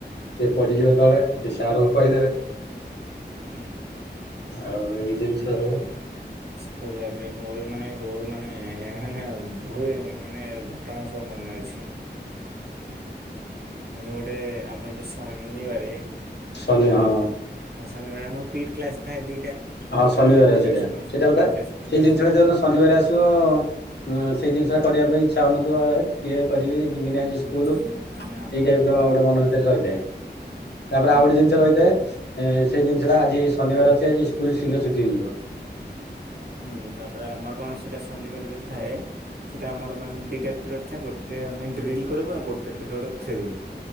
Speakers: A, on the left (about 70°); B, on the right (about 60°).
A: ସେ ପଡିଯିବ ତଳେ ସେ ସାର୍ ଙ୍କୁ କହିଦେବେ।
B: ହୁଁ।
A: ଆଉ ଏଇ ଜିନିଷ ସବୁ।
B: ସ୍କୁଲ ଲାଇଫ ରେ ମୋର ବି ମାନେ ବହୁତ ମାନେ ଇ ମାନେ ବହୁତ ମାନେ ଘଟଣା ସବୁ ମନେ ଅଛି। ମାନେ ଗୋଟେ ଆମର ଯଉ ଶନିବାରେ ହେଲା।
A: ଶନି ହଁ
B: ହଁ ଶନିବାର ଆମର ପିଟ୍ କ୍ଲାସ୍ ଥାଏ ଦିଟା।
A: ହଁ ଶନିବାର
B: ମାନେ ପଇଁଚାଳିଶ
A: ସେଇଟା
B: ପଇଁଚା
A: ସେଇଟା କଥା
B: ପଇଁଚାଳିଶ ପଇଁଚାଳିଶ
A: ସେଇ ଜିନିଷ ଟା ଯଉ ଦିନ ଶନିବାର ଆସିବ ସେଇ ଜିନିଷଟା କରିବା ପାଇଁ ଇଚ୍ଛା ହଉନଥିବ ହେ। କିଏ କରିବି ଯିବିନି ଆଜି ସ୍କୁଲ
B: ହୁଁ
A: ଏଇ
B: ମାନେ ଆମର
A: ଟାଇପ
B: କଣ
A: ର ଗୋଟେ ମନ ଭିତରେ ରହିଥାଏ। ତାପରେ
B: ହୁଁ
A: ଆଉ ଗୋଟେ ଜିନିଷ ରହିଥାଏ ସେଇ ଜିନିଷଟା ଆଜି ଶନିବାର ଅଛି ଆଜି ସ୍କୁଲ ଶୀଘ୍ର ଛୁଟି ହେଇଯିବ।
B: ହୁଁ ତାପରେ ଆମର କଣ ସେଟା ଶନିବାର ଯୋଉ ଥାଏ, ସେଟା ଆମର ମାନେ ଦିଟା ପିରିୟଡ଼ ଥାଏ ଗୋଟେ ଆମେ ଡ୍ରିଲ କରିବୁ ଆଉ ଗୋଟେ ପିରିୟଡ଼ ଖେଳିବୁ।